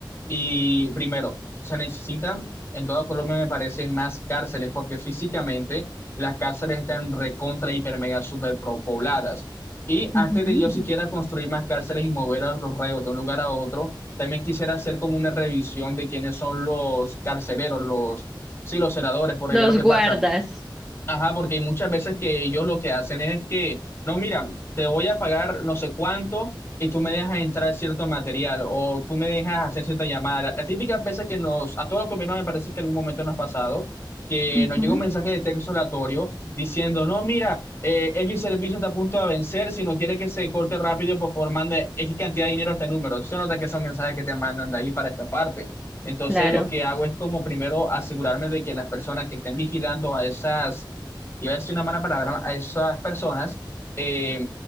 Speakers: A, on the left; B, in the centre.
A: Y primero, se necesitan, en toda Colombia me parece, más cárceles, porque físicamente las cárceles están recontra, hiper, mega, super pobladas. Y antes
B: Ujú.
A: de yo siquiera construir más cárceles y mover a los reos de un lugar a otro, también quisiera hacer como una revisión de quiénes son los carceleros, los Sí, los senadores, porque
B: Los
A: ¿qué es lo que
B: guardas.
A: pasa? Ajá, porque hay muchas veces que ellos lo que hacen es que, no, mira, te voy a pagar no sé cuánto y tú me dejas entrar cierto material o tú me dejas hacer cierta llamada. La- Las típicas veces que nos, a todos los colombianos me parece que algún momento nos ha pasado, que
B: Ujú,
A: nos llega un mensaje de texto aleatorio diciendo, no, mira, eh, X servicio está a punto de vencer, si no quiere que se corte rápido, por favor, mande X cantidad de dinero a este número. Eso nota que son mensajes que te mandan de ahí para esta parte. Entonces,
B: claro.
A: lo que hago es como primero asegurarme de que las personas que estén vigilando a esas iba a decir una mala palabra, a esas personas eh,